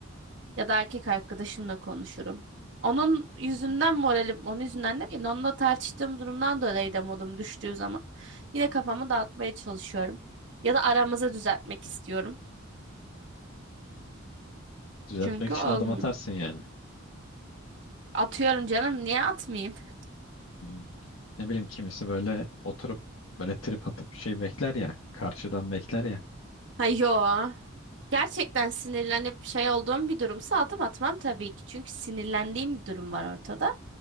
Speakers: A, on the right; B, on the left.
A: Ya da erkek arkadaşımla konuşurum. Onun yüzünden moralim, onun yüzünden değil Onunla tartıştığım durumdan dolayı da modum düştüğü zaman yine kafamı dağıtmaya çalışıyorum. Ya da aramızı düzeltmek istiyorum.
B: düzeltmek
A: Çünkü
B: için
A: oğlum
B: adım atarsın yani.
A: atıyorum canım niye atmayayım? <laughs>
B: Hmm. Ne bileyim kimisi böyle oturup böyle trip atıp şey bekler ya. Karşıdan bekler ya.
A: Ha yo. Gerçekten sinirlenip şey olduğum bir durumsa adım atmam tabii ki. Çünkü sinirlendiğim bir durum var ortada.